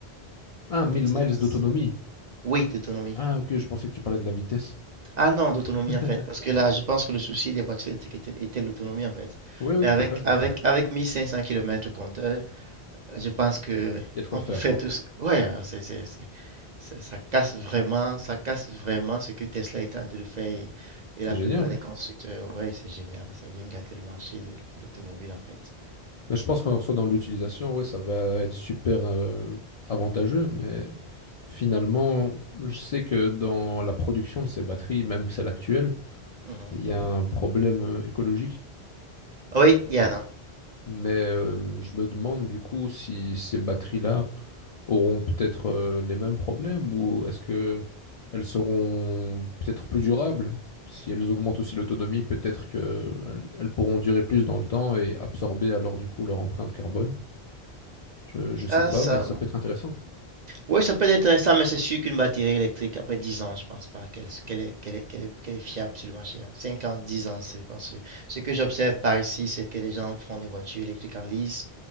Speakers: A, on the left; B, on the right.
A: Ah, mille
B: C'est-
A: miles d'autonomie.
B: Oui, d'autonomie.
A: Ah, ok, je pensais que tu parlais de la vitesse.
B: Ah non,
A: <laughs>
B: d'autonomie en fait, parce que là, je pense que le souci des voitures électriques était, était l'autonomie en fait.
A: Oui, oui,
B: Mais
A: tout
B: avec,
A: à fait.
B: avec, avec 1500 km compteur, euh, je pense que
A: Il y a de quoi
B: on
A: faire.
B: peut faire tout. ce- Ouais, euh, c'est, c'est, c'est- ça ça casse vraiment, ça casse vraiment ce que Tesla est en train de faire et, et
A: C'est
B: la
A: génial.
B: plupart des constructeurs. Ouais, c'est génial, ça vient gâter le marché de, de l'automobile en fait.
A: Mais je pense qu'en soit dans l'utilisation, ouais, ça va être super euh, avantageux. Mais finalement, je sais que dans la production de ces batteries, même celles actuelles,
B: Mhm.
A: il y a un problème euh, écologique.
B: Ah Oui, Yana.
A: Mais euh, je me demande du coup si ces batteries-là auront peut-être euh, les mêmes problèmes ou est-ce que elles seront peut-être plus durables? Si elles augmentent aussi l'autonomie, peut-être qu'elles elles pourront durer plus dans le temps et absorber alors du coup leur empreinte carbone. Je, je sais
B: Ah,
A: pas,
B: ça.
A: mais ça peut être intéressant.
B: Oui, ça peut être intéressant, mais c'est sûr qu'une batterie électrique, après 10 ans, je pense pas qu'elle qu'elle est, qu'elle est, qu'elle est, qu'elle est fiable sur le marché. Hein. 5 ans, 10 ans, c'est, je pense. que- Ce que j'observe par ici, c'est que les gens font les voitures électriques en lease.